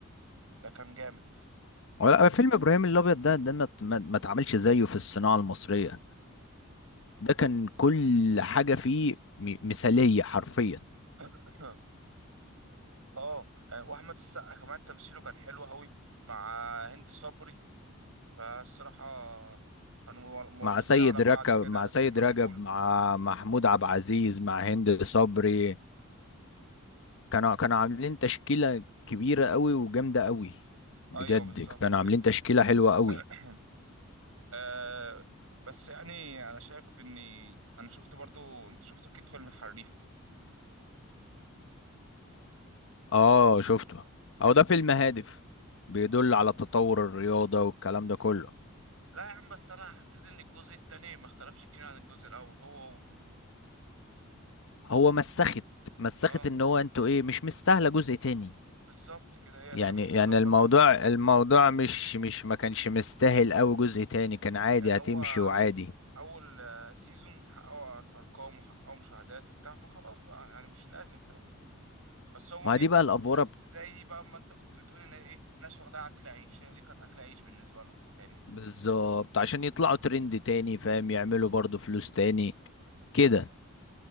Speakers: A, on the right (about 70°); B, on the left (about 60°).
A: ده كان جامد
B: ولا فيلم إبراهيم الأبيض ده ده ما ما ما اتعملش زيه في الصناعة المصرية ده كان كل حاجة فيه م- مثالية حرفيا
A: <clears throat> اه يعني واحمد السقا كمان تمثيله كان حلو قوي مع هند صبري فالصراحه كانوا مو- مؤلفين
B: مع سيد
A: على بعض
B: ركب
A: كده
B: مع سيد
A: زي ما
B: رجب
A: بيقولوا
B: مع محمود عبد العزيز مع هند صبري كانوا كانوا عاملين تشكيلة كبيرة قوي وجامدة قوي بجد
A: ايوه بالظبط
B: كانوا
A: كده
B: عاملين تشكيلة حلوة قوي
A: <clears throat> آه بس يعني انا شايف اني انا شفت برضو انت شفت اكيد فيلم الحريف
B: اه شفته هو ده فيلم هادف بيدل على تطور الرياضة والكلام ده كله
A: لا يا عم بس انا حسيت ان الجزء التاني ما اختلفش كتير عن الجزء الاول هو هو
B: هو مسخت مسخت
A: اه
B: ان هو انتوا ايه مش مستاهلة جزء تاني
A: بالظبط كده هي
B: يعني
A: هي مش
B: يعني
A: مظبطه
B: الموضوع الموضوع مش مش ما كانش مستاهل قوي جزء تاني كان عادي
A: يعني هو
B: هتمشي وعادي
A: اول آه، سيزون حققوا أر- ارقام وحققوا مشاهدات وبتاع فخلاص بقى يعني مش لازم فاهمني بس هو
B: ما
A: ايه
B: دي بقى الافوره
A: ز- زي بقى ما انت كنت بتقول ان ايه ناس واخدها اكل عيش هي دي كانت اكل عيش بالنسبه لهم التاني ده
B: بالظبط عشان يطلعوا ترند تاني فاهم يعملوا برضو فلوس تاني كده